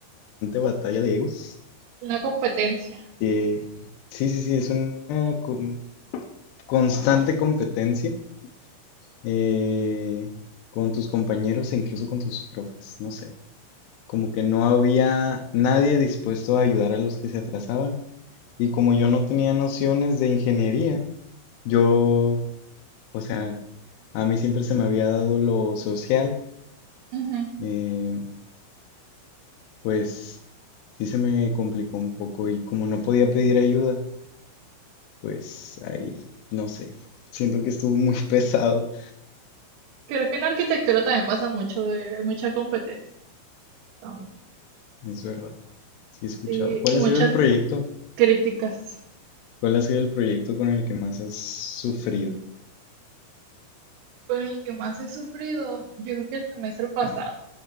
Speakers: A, on the left; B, on the right.
A: batalla de egos.
B: una competencia.
A: que- sí, sí, sí, es una con- constante competencia eh, con tus compañeros e incluso con tus profes, no sé. Como que no había nadie dispuesto a ayudar a los que se atrasaban. Y como yo no tenía nociones de ingeniería, yo, o sea, a mí siempre se me había dado lo social.
B: Ujú.
A: eh, Pues sí se me complicó un poco y como no podía pedir ayuda, pues ahí, no sé, siento que estuvo muy <laughs> pesado,
B: Creo que en arquitectura también pasa mucho de mucha competencia también.
A: es verdad. Sí he escuchado.
B: Sí,
A: ¿Cuál
B: y muchas
A: ha sido el proyecto?
B: críticas.
A: ¿Cuál ha sido el proyecto con el que más has sufrido?
B: Con el que más he sufrido, yo creo que el semestre pasado,